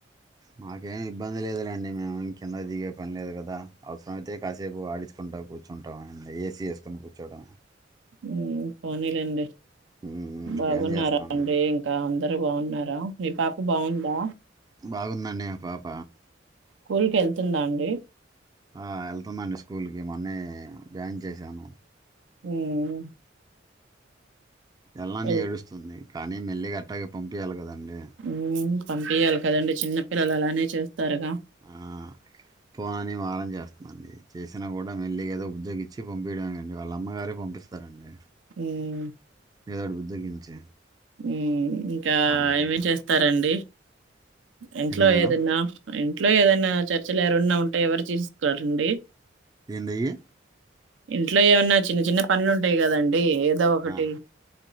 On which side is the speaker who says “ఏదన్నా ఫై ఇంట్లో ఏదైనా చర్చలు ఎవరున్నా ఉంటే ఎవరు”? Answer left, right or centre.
Right